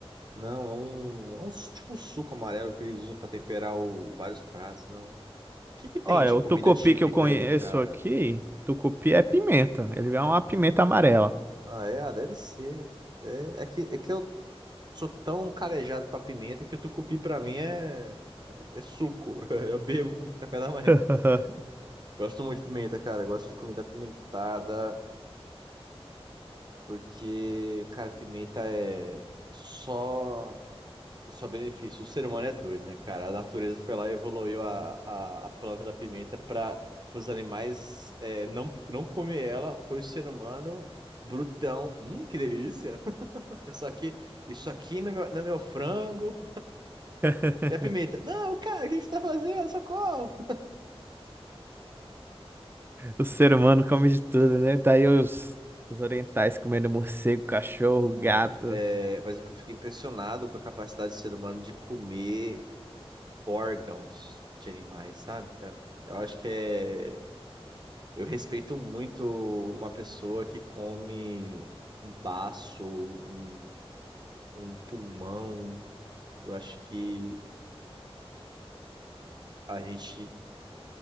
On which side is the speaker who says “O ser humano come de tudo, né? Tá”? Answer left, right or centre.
Right